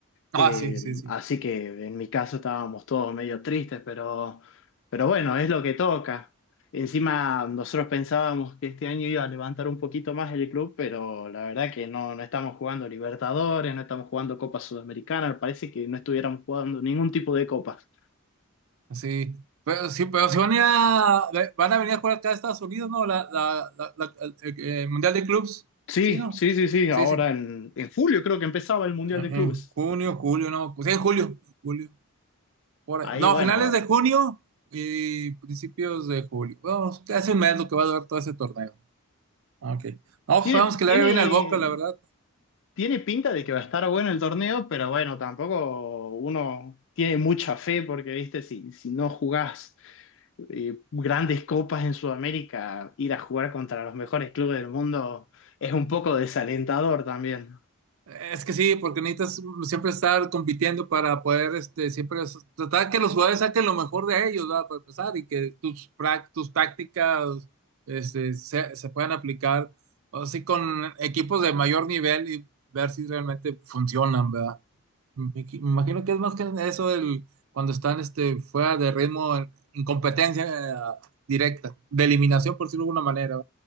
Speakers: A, on the right; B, on the left.
A: Ah,
B: Eh,
A: sí, sí, sí.
B: así que en mi caso estábamos todos medio tristes, pero, pero bueno, es lo que toca. Encima nosotros pensábamos que este año iba a levantar un poquito más el club, pero la verdad que no, no estamos jugando Libertadores, no estamos jugando Copa Sudamericana, parece que no estuviéramos jugando ningún tipo de copas.
A: Sí. Pero sí, pero si van a, ir a- van a venir a jugar acá a Estados Unidos, ¿no? La, la, la- la- el, eh, Mundial de Clubs.
B: Sí,
A: Sí, ¿no?
B: sí, sí, sí,
A: Sí,
B: ahora
A: sí.
B: en, en julio creo que empezaba el Mundial
A: En
B: de Clubes.
A: en junio, julio, no, pues, sí, en julio, en julio, por ahí.
B: Ahí,
A: No,
B: bueno,
A: finales de junio y principios de julio. Vamos, hace un mes lo que va a durar todo ese torneo. Ok. No,
B: tiene,
A: pues, vamos que
B: tiene,
A: le vaya bien al Boca, la verdad.
B: Tiene pinta de que va a estar bueno el torneo, pero bueno, tampoco uno tiene mucha fe porque, viste, si, si no jugás eh, grandes copas en Sudamérica, ir a jugar contra los mejores clubes del mundo es un poco desalentador también.
A: Es que sí, porque necesitas siempre estar compitiendo para poder, este, siempre s- tratar que los jugadores saquen lo mejor de ellos, ¿verdad? Para empezar, y que tus, prac- tus tácticas, este, se, se puedan aplicar así con equipos de mayor nivel y ver si realmente funcionan, ¿verdad? Me qui- me imagino que es más que eso el, cuando están, este, fuera de ritmo, en, en competencia, eh, directa, de eliminación, por decirlo de alguna manera,